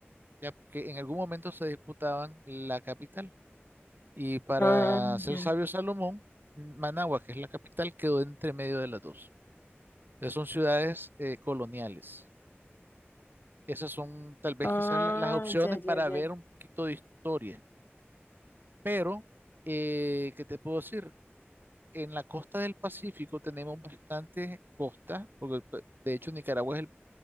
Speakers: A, on the right (about 50°); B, on the left (about 45°).
A: ya que en algún momento se disputaban la capital. Y para
B: Ah,
A: ser
B: ya.
A: sabio Salomón, Managua, que es la capital, quedó entre medio de las dos. Entonces son ciudades eh, coloniales. Esas son tal vez
B: Ah,
A: quizás la- las opciones
B: ya,
A: para
B: ya, ya.
A: ver un poquito de historia. Pero, eh, ¿qué te puedo decir? En la costa del Pacífico tenemos bastante costa, porque pe- de hecho Nicaragua es el